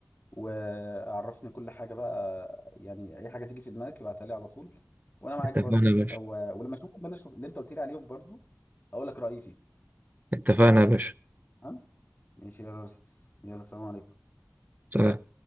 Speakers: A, on the left; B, on the right.
A: وعرفني كل حاجه بقى يعني اي حاجه تيجي في دماغك ابعتها لي على طول وانا معاك
B: اتفقنا
A: برضو
B: يا باشا
A: لو ولما اشوف اللي انا شوف اللي انت قلت لي عليهم برضو اقول لك رايي فيه
B: اتفقنا يا باشا
A: تمام ماشي يا ريس يلا سلام عليكم
B: سلام